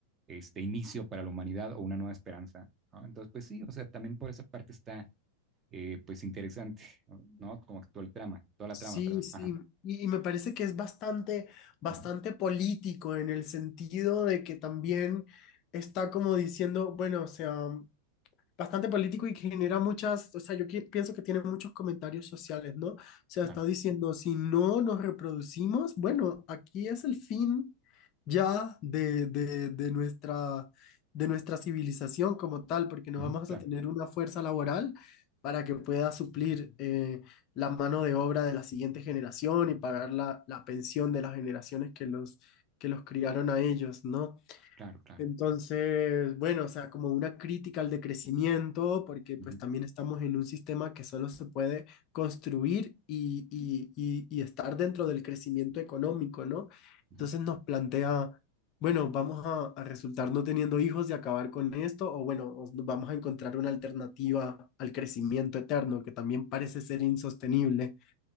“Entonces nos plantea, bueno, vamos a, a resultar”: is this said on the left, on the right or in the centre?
Left